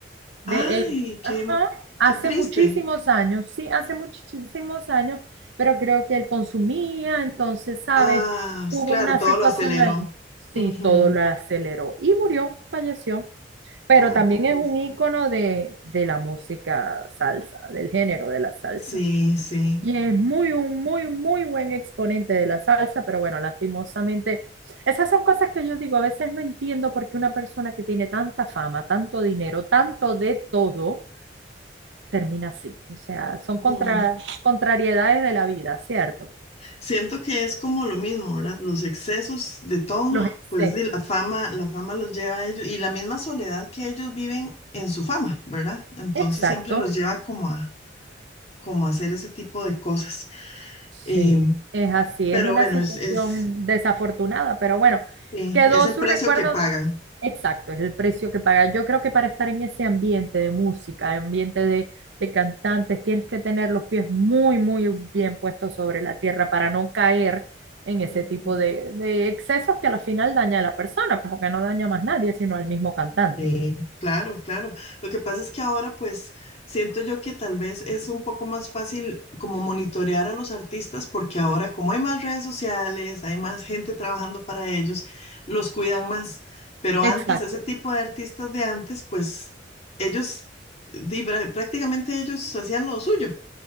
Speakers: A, on the right (about 85°); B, on the left (about 35°).
A: De
B: Ay,
A: él.
B: qué,
A: Ajá. Hace
B: qué triste.
A: muchísimos años, sí, hace muchísimos años, pero creo que él consumía, entonces, ¿sabes?
B: Ah, s-
A: Hubo
B: claro,
A: una
B: todo
A: situación
B: lo aceleró.
A: ahí. Sí,
B: Ujú.
A: todo lo aceleró y murió, falleció. Pero
B: Ah,
A: también
B: qué triste.
A: es un ícono de, de la música salsa, del género de la salsa.
B: Sí, sí.
A: Y es muy, un muy, muy buen exponente de la salsa, pero bueno, lastimosamente, esas son cosas que yo digo, a veces no entiendo por qué una persona que tiene tanta fama, tanto dinero, tanto de todo, termina así. O sea, son
B: Ujú.
A: contra, contrariedades de la vida, ¿cierto?
B: Siento que es como lo mismo, ¿verdad? Los excesos de todo,
A: Los excesos.
B: pues y la fama, la fama los lleva a ellos y la misma soledad que ellos viven en su fama, ¿verdad? Entonces
A: Exacto,
B: siempre los lleva como a, como a hacer ese tipo de cosas.
A: sí,
B: Eh,
A: es así,
B: pero
A: es una
B: bueno,
A: situación
B: es, es,
A: desafortunada, pero bueno,
B: sí,
A: quedó
B: es el
A: su
B: precio
A: recuerdo,
B: que pagan.
A: exacto, es el precio que paga. Yo creo que para estar en ese ambiente de música, ambiente de, de cantantes, tienes que tener los pies muy, muy bien puestos sobre la tierra para no caer en ese
B: Ujú.
A: tipo de, de excesos que a la final daña a la persona, porque no daña más nadie, sino al mismo cantante.
B: Sí, claro, claro. Lo que pasa es que ahora pues siento yo que tal vez es un poco más fácil como monitorear a los artistas porque ahora como hay más redes sociales, hay más gente trabajando para ellos, los cuidan más. Pero
A: Exacto.
B: antes, ese tipo de artistas de antes, pues ellos, di- prá- prácticamente ellos hacían lo suyo,